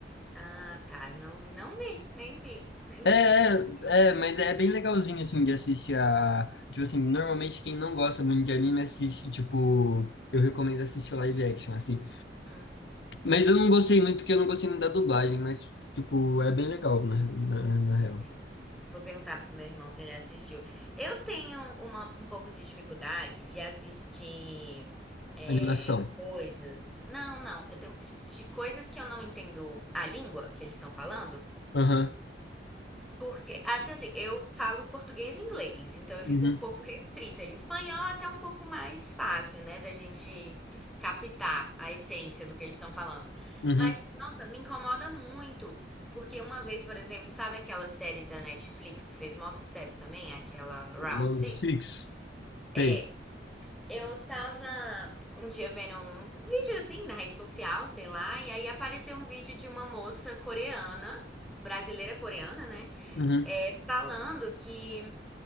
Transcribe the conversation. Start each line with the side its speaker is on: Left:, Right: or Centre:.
Centre: Ah, tá. Eu não, não vi, nem vi. Nem
Left: É,
Centre: vi
Left: é,
Centre: que tinha saído.
Left: é, mas é bem legalzinho, assim, de assistir a... Tipo assim, normalmente quem não gosta muito de anime assiste, tipo... Eu recomendo assistir live action, assim.
Centre: Uhum,
Left: Mas eu não gostei muito, porque eu não gostei muito da dublagem, mas, tipo, é bem legal, na, na, na
Centre: entendi.
Left: real.
Centre: Vou perguntar pro meu irmão se ele assistiu. Eu tenho uma, um pouco de dificuldade de assistir é,
Left: Animação.
Centre: coisas. Não, não. Eu tenho de coisas que eu não entendo a língua que eles estão falando.
Left: Aham,
Centre: Porque, até assim, eu falo português e inglês, então eu fico
Left: uhum,
Centre: um pouco restrita ali. Espanhol é até um pouco mais fácil, né, da gente captar a essência do que eles estão falando.
Left: uhum.
Centre: Mas, nossa, me incomoda muito, porque uma vez, por exemplo, sabe aquela série da Netflix que fez maior sucesso também? Aquela Round
Left: Load
Centre: Six?
Left: fixo.
Centre: É,
Left: Sei.
Centre: eu tava um dia vendo um vídeo assim na rede social, sei lá, e aí apareceu um vídeo de uma moça coreana, brasileira coreana, né?
Left: Uhum,
Centre: É, falando que